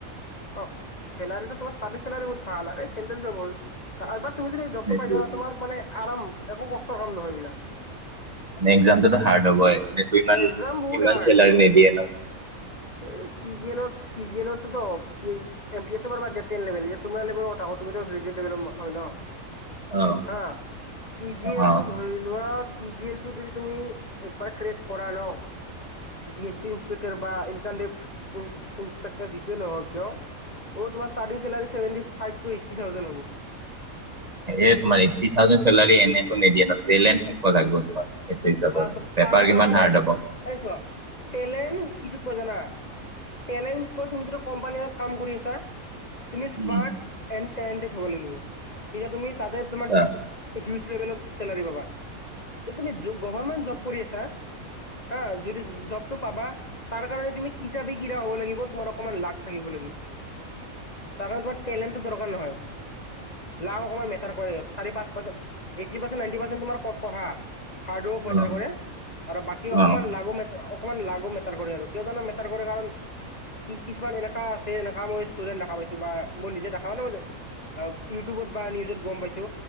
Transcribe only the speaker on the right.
সেইটোৱে।
এক্সামটোত হাৰ্ড হ'ব এনেইতো ইমান
ইমান
চেলাৰী নিদিয়ে ন।
অ',
অ',
এ তোমাৰ এইটি থাউজেন্ড চেলাৰী এনেইটো নিদিয়ে ন টেলেণ্ট থাকিব লাগিব তোমাৰ। সেইটো হিচাপ
পেপাৰ
কিমান
হাৰ্ড হ'ব।
উম,
আচ্ছা
উ
অ',
অ'।